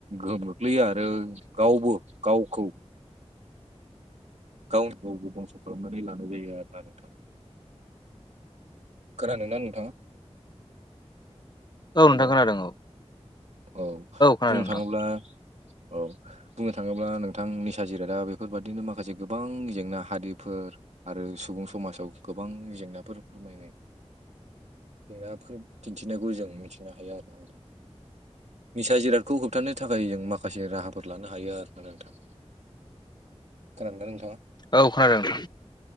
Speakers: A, on the right; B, on the left.
A: गोहोम गोग्लैयो आरो आरो गावबो गावखौ गावनो गावबो बंस' खालामनानै लानाय जायो आर ना नोंथां। खोनान ना नोंथाङा।
B: औ नोंथां
A: हेल'
B: खोनादों औ
A: औ
B: खोनादों
A: बुंनो
B: नोंथां
A: थाङोब्ला औ बुंनो थाङोब्ला नोंथां निसा जिरादा बेफोरबादिनो माखासे गोबां जेंना हारिफोर आरो सुबुं समाजाव गोबां जेंनाफोर फोरमायनाय जेंनाफोर दिन्थिनायखौ जों मिथिनो हायो आरो न निसा जिरादखौ होबथानो थाखाय जों माखासे राहाफोर लानो हायो आरो ना नोंथां खोनादों नोंथाङा
B: औ खोनादों